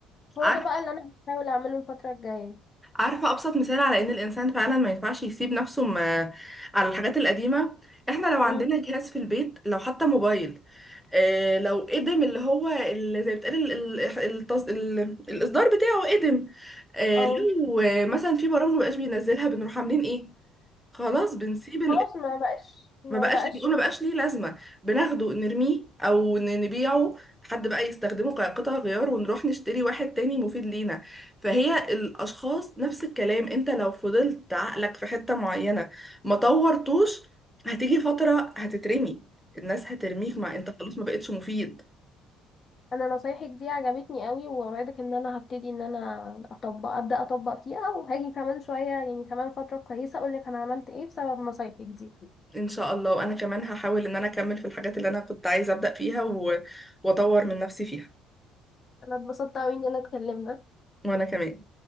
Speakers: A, on the left; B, in the centre.
A: هو
B: عارفه
A: ده بقى اللي انا هحاول اعمله الفترة الجاية
B: عارفة أبسط مثال على إن الإنسان فعلا ما ينفعش يسيب نفسه م- على الحاجات القديمة إحنا لو عندنا
A: امم
B: جهاز في البيت لو حتى موبايل آه، لو قدم اللي هو اللي زي ما بتقال ال- ال- التص- ال- الإصدار بتاعه قدم آه،
A: اه
B: لو آه، مثلا في برامج مبقاش بينزلها بنروح عاملين إيه؟ خلاص بنسيب
A: خلاص ما بقاش ما
B: ما بقاش
A: بقاش
B: بنقول ما بقاش ليه لازمة بناخده نرميه او ن- نبيعه حد بقى يستخدمه كقطع غيار ونروح نشتري واحد تاني مفيد لينا فهي الاشخاص نفس الكلام انت لو فضلت عقلك في حتة معينة ما طورتوش هتيجي فترة هتترمي الناس هترميك مع انت خلاص ما بقتش مفيد
A: انا نصايحك دي عجبتني قوي واوعدك ان انا هبتدي ان انا اطبق ابدا اطبق فيها وهاجي كمان شويه يعني كمان فتره كويسه اقول لك انا عملت ايه بسبب نصايحك دي
B: ان شاء الله وانا كمان هحاول ان انا اكمل في الحاجات اللي انا كنت عايزة ابدأ فيها و... واطور من نفسي فيها
A: انا اتبسطت قوي ان انا اتكلمنا
B: وانا كمان